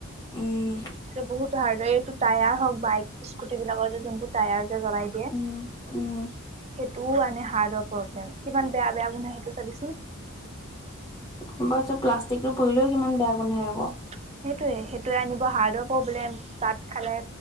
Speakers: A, on the left (about 20°); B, on the right (about 30°).
A: উম।
B: সেইটো বহুত ধাৰ্ড এইটো টায়াৰ হওক বাইক স্কুটি বিলাকৰ যে যোনবোৰ টায়াৰ যে জ্বলাই দিয়ে।
A: উম উম
B: সেইটোও আনে হাৰ্টৰ প্ৰব্লেম। কিমান বেয়া-বেয়া গুন্ধাই সেইটোও চাবিচোন।
A: তাৰ পিছত প্লাষ্টিকটোুৰিলেও সিমান বেয়া গোন্ধাই আকৌ।
B: সেইটোৱে-সেইটোৱে আনিব হাৰ্টৰ প্ৰব্লেম তাত খালে